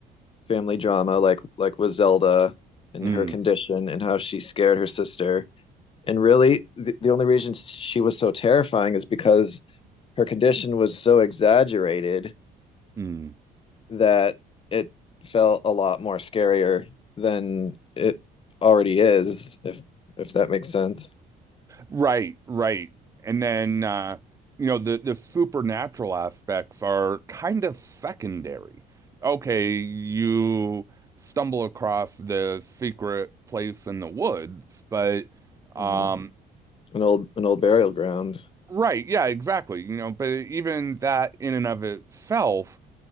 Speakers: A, on the left (about 35°); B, on the right (about 20°).
A: family drama, like like with Zelda and
B: mm,
A: her condition and how she scared her sister. And really, the, the only reason she was so terrifying is because her condition was so exaggerated
B: mm.
A: that it felt a lot more scarier than it already is, if if that makes sense.
B: Right, right. And then uh, you know, the the supernatural aspects are kind of secondary. Okay, you stumble across the secret place in the woods, but um
A: Mm. An old an old burial ground
B: right, yeah, exactly. You know, but even that in and of itself